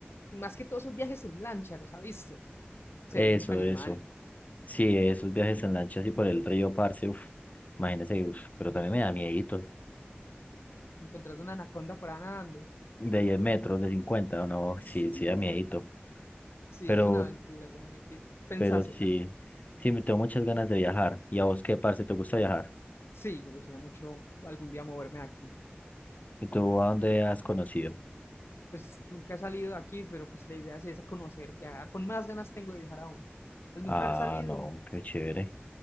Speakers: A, on the left; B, on the left.
A: Y más que todos esos viajes en lancha, los ha visto. Se
B: Eso,
A: ve mucho animal.
B: eso. Sí, esos viajes en lancha así por el río Parce, uf, imagínese, uf, pero también me da miedito.
A: Encontrás una anaconda por ahí nadando.
B: De 10 metros, de 50, no,
A: <laughs>
B: sí, sí da miedito.
A: Sí,
B: Pero,
A: es una aventura, weón. Hay que pensársela.
B: pero sí, sí, me tengo muchas ganas de viajar. ¿Y a vos qué, parce, te gusta viajar?
A: Sí, me gustaría mucho algún día moverme de aquí.
B: ¿Y tú a dónde has conocido?
A: pues nunca he salido de aquí, pero pues la idea sí es esa, conocer, viajar. Con más ganas tengo de viajar aún. Al nunca
B: Ah,
A: haber salido,
B: no, qué chévere.